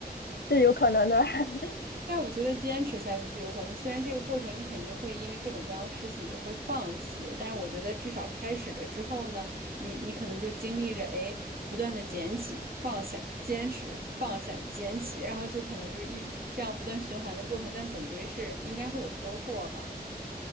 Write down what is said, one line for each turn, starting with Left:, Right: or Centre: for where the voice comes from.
Left: 是有可能的。<laughs>
Right: 但我觉得坚持下去就有可能。虽然这个过程你肯定会因为各种各样的事情也会放弃，但是我觉得至少开始了之后呢，你你可能就经历着哎不断的捡起、放下、坚持、放下、捡起，然后就可能就一这样不断循环的过程，但总归是应该会有收获吧。